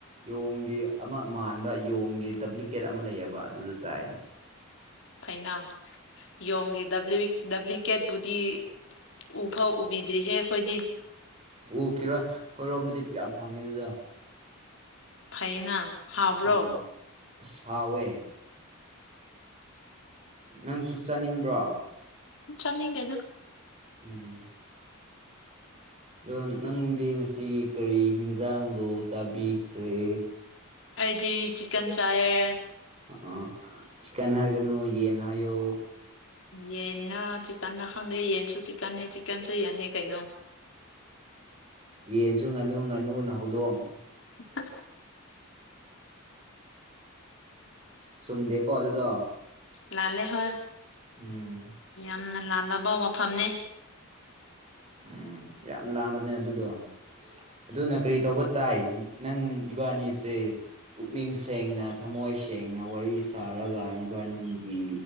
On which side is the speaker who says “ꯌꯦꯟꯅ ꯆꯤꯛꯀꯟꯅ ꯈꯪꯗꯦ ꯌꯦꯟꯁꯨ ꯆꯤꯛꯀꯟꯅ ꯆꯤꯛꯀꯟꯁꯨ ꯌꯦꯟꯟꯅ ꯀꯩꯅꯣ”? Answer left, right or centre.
Left